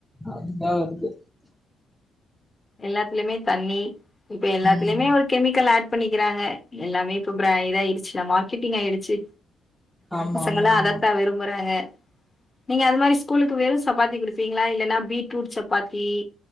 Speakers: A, in the centre; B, on the left.
A: அதுதா வருது
B: எல்லாத்துலயுமே தண்ணி இப்ப எல்லாத்துலயுமே
A: ம்
B: ஒரு கெமிக்கல் ஆட் பண்ணிக்கிறாங்க எல்லாமே இப்ப பிர இது ஆயிடுச்சுல்ல மார் கிட்டிங் ஆயிடுச்சு
A: ஆமா
B: பசங்கல்லா
A: ஆமா ஆமா
B: அதத்தா விரும்புறாங்க நீங்க அது மாரி ஸ்கூலுக்கு வெறும் சப்பாத்தி குடுப்பீங்களா இல்லன்னா பீட்ரூட் சப்பாத்தி